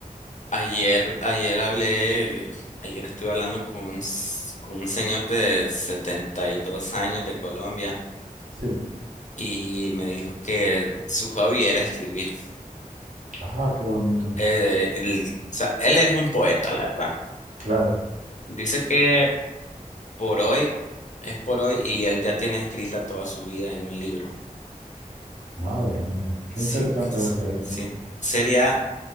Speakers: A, on the left; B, on the right.
A: ayer, ayer hablé, ayer estuve hablando con un, s- con un señor de 72 años de Colombia
B: Sí.
A: y me dijo que su hobby era escribir.
B: Ah, qué bonito.
A: Eh, el- o sea, él es un poeta, la verdad.
B: Claro.
A: Dice que por hoy, es por hoy y él ya tiene escrita toda su vida en un libro.
B: Madre mía, qué
A: Sí,
B: interesante
A: entonces,
B: debe ser eso,
A: sí.
B: ¿eh?
A: Sería,